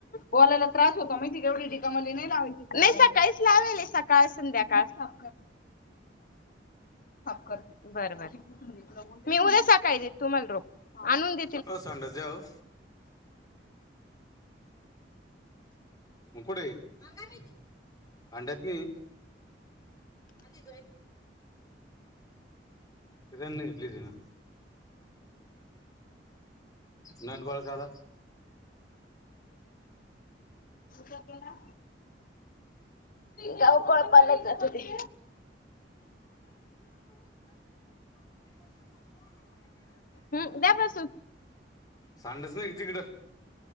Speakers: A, on the left; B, on the left.
A: बोलायला त्रास होतो माहिती एवढी <unintelligible> नाही लावायची नाही सकाळीच लावेल सकाळ संध्याकाळ काप कर बर बर <inaudible> मी उद्या सकाळी देते तुम्हाला रोख आणून द
B: हो <inaudible> जाऊ म कुडे हे <inaudible> पांड्यात मी त घेतलीज ना नंदवळ खला
A: ला गावकळ पालाच जात ते
B: <unintelligible> <inaudible>
A: हम् द्यापासून
B: सांडच नाही तिकडं